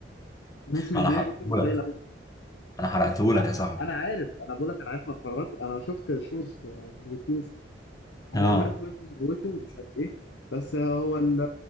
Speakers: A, on the left; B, on the left.
A: الناس مدينا
B: انا حرقتهولك
A: ريتنج قليل قوي
B: انا حرقتهولك
A: لا
B: يا صاحبي
A: أنا عارف أنا بقول لك أنا عارف ما اتفرجت أنا شفت شورت من يوتيوب
B: اه
A: هو مات وابنه موته ومش عارف ايه بس هو ال-